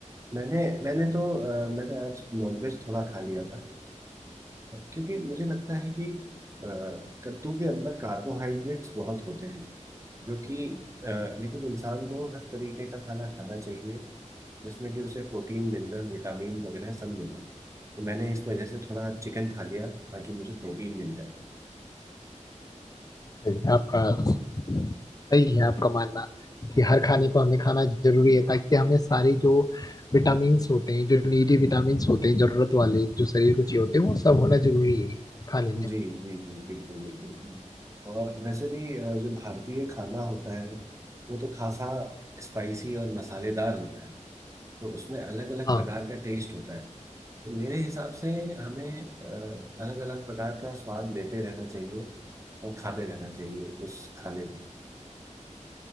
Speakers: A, on the right (about 25°); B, on the left (about 30°).
A: मैंने मैंने तो अ, मैंने आज नॉनवेज थोड़ा खा लिया था अ, क्योंकि मुझे लगता है कि अ, कद्दू के अंदर कार्बोहाइड्रेट्स बहुत होते हैं जो कि अ, लेकिन इंसान को हर तरीके का खाना खाना चाहिए जिसमें कि उसे प्रोटीन मिनरल विटामिन वगैरह सब मिल रहा है तो मैंने इस वजह से थोड़ा चिकन खा लिया ताकि मुझे प्रोटीन मिल जाए
B: सही, आपका सही है आपका मानना कि हर खाने को हमें खाना जरूरी है ताकि हमें सारे जो विटामिन्स होते हैं जो नीडी विटामिन्स होते हैं जरूरत वाले जो शरीर को चाहिए होते हैं वो सब होना जरूरी है खाने में
A: जी जी जी बिल्कुल बिल्कुल और वैसे भी अ, जो भारतीय खाना होता है वो तो खासा स्पाइसी और मसालेदार होता है तो उसमें अलग अलग
B: हाँ
A: प्रकार का टेस्ट होता है तो मेरे हिसाब से हमें अलग अलग प्रकार का स्वाद लेते रहना चाहिए और खाते रहना चाहिए उस खाने में